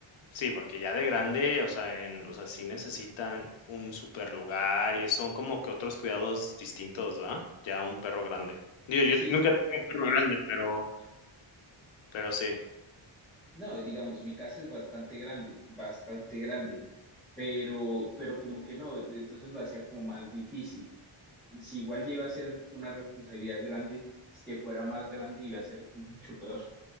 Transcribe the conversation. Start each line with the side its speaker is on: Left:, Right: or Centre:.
Left: sí, porque ya de grande, o sea, en o sea, sí necesitan un super lugar y son como que otros cuidados distintos, ¿verdad? Ya un perro grande. Digo, yo
Centre: Sí,
Left: nunca tengo un perro grande, pero pero sí,
Centre: no, digamos, mi casa es bastante grande, bastante grande, pero, pero como que no, entonces lo hacía como más difícil. Si igual ya iba a ser una responsabilidad grande, que fuera más grande iba a ser mucho peor.